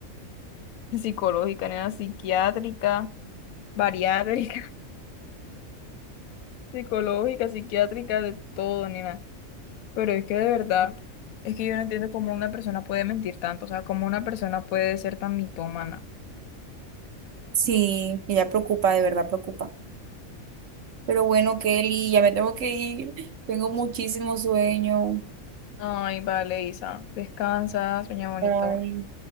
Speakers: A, on the left (about 85°); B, on the right (about 70°).
A: Psicológica, nena, psiquiátrica, bariátrica, <laughs> psicológica, psiquiátrica, de todo, nena. Pero es que de verdad, es que yo no entiendo cómo una persona puede mentir tanto, o sea, cómo una persona puede ser tan mitómana.
B: Sí, ella preocupa, de verdad preocupa. Pero bueno, Kelly, ya me tengo que ir. Tengo muchísimo sueño.
A: Ay, vale, Isa, descansa, sueña bonito.
B: Bye.